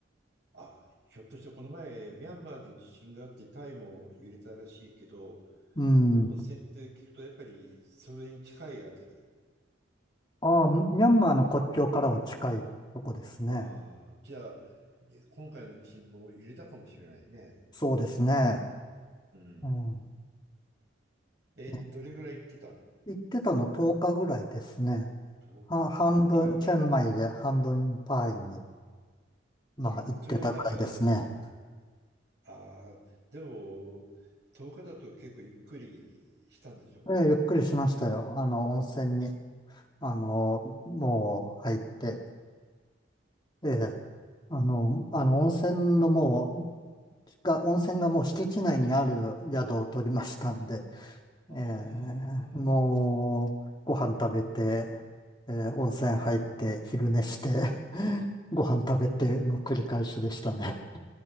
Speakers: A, on the right; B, on the left.
A: あ、ひょっとしてこの前、ミャンマーで地震があってタイも揺れたらしいけど、
B: うん。
A: 温泉って聞くとやっぱりそれに近いあたり。
B: ああ、ミャンマーの国境からは近いとこですね。
A: ああ、じゃあ、で今回の地震も揺れたかもしれないね。
B: そうですね。
A: うん。
B: うん。
A: え、
B: ね
A: どれぐらい行ってたの
B: 行ってたの10日ぐらいですね。
A: と、
B: は、半分チェンマイで半分パーイに、
A: あ、じゃあ、け、
B: まあ、行ってたぐらいですね。
A: それはなんか、じ、ああ、でも、10日だと結構ゆっくりしたんでしょ
B: で、ゆっくりしましたよ。あの、温泉に、あの、もう入って、ええ、あの、あの、温泉のもう、が、温泉がもう敷地内にある宿を取りましたんで、
A: う。あ
B: ええもう、ご飯食べて、ええ温泉入って、昼寝して、<laughs> ご飯食べての繰り返しでしたね。